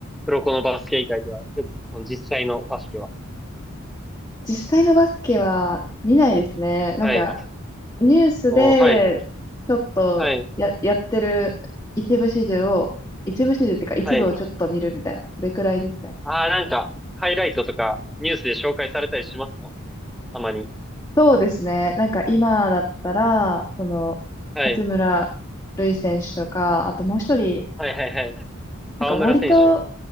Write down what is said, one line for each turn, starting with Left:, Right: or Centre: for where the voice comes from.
Centre: 黒子のバスケ以外では、ちょっとその実際のバスケは。
Left: 実際のバスケは見ないですね。なんか、
Centre: はい。見ない
Left: ニュースで、
Centre: お、はい。
Left: ちょっとや、
Centre: はい。
Left: やってる一部始終を、一部始終っていうか一部をちょっと見るみたいな、
Centre: はい。
Left: それくらいですね。
Centre: ああ、なんか、ハイライトとか、ニュースで紹介されたりしますもんね。たまに。
Left: そうですね。なんか今だったら、その、
Centre: はい。
Left: 八村塁選手とか、あともう一人、
Centre: はいはいはい。
Left: なんか割と、
Centre: 河村選手。